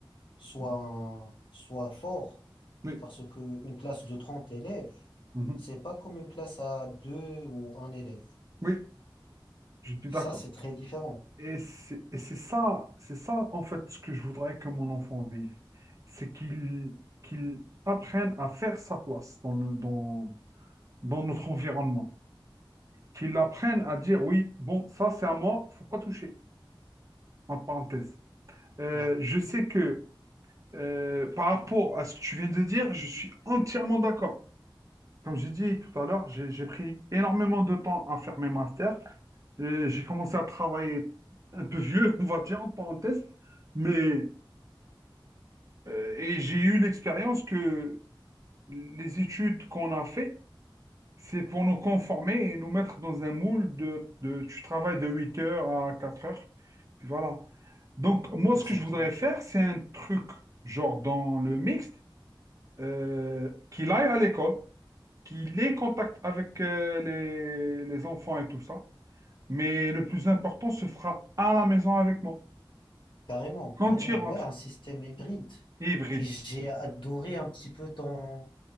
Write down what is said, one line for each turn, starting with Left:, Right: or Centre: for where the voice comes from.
Left: soit,
Right: mhm.
Left: un- soit fort,
Right: Oui,
Left: parce que une classe de 30 élèves,
Right: mhm.
Left: c'est pas comme une classe à deux ou un élève.
Right: Oui, je suis d'accord.
Left: Ça, c'est très différent.
Right: Et c'est et c'est ça, c'est ça en fait ce que je voudrais que mon enfant vive. C'est qu'il qu'il apprenne à faire sa place dans le, dans, dans notre environnement. Qu'il apprenne à dire oui, bon, ça c'est à moi, faut pas toucher, en parenthèse. Euh,
Left: Ouais,
Right: je sais que euh, par rapport à ce que tu viens de dire, je suis entièrement d'accord. Comme j'ai dit tout à l'heure, j'ai j'ai pris énormément de temps à faire mes masters. Euh, j'ai commencé à travailler un peu vieux, <laughs> on va dire, en parenthèse, mais. Euh, et j'ai eu l'expérience que les études qu'on a fait, c'est pour nous conformer et nous mettre dans un moule de, de tu travailles de 8 heures à 4 heures. Puis voilà. Donc, moi,
Left: exactement.
Right: ce que je voudrais faire,
Left: ouais.
Right: c'est un truc, genre dans le mixte, euh, qu'il aille à l'école, qu'il ait contact avec euh, les, les enfants et tout ça. Mais le plus important se fera à la maison avec moi,
Left: Carrément, carrément.
Right: quand il rentre,
Left: Ouais, un système hybride.
Right: hybride.
Left: Et j'ai adoré un petit peu ton,